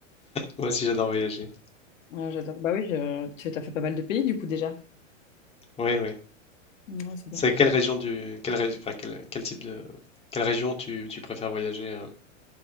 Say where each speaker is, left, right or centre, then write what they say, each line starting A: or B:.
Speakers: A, on the left (about 15°); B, on the left (about 75°).
A: moi aussi j'adore voyager.
B: Ouais, j'adore. Bah oui, je- tu as fait pas mal de pays du coup déjà.
A: Oui, oui.
B: Ouais, c'est
A: C'est
B: bien.
A: quelle région du quelle régi- enfin, quel, quel type de quelle région tu, tu préfères voyager euh,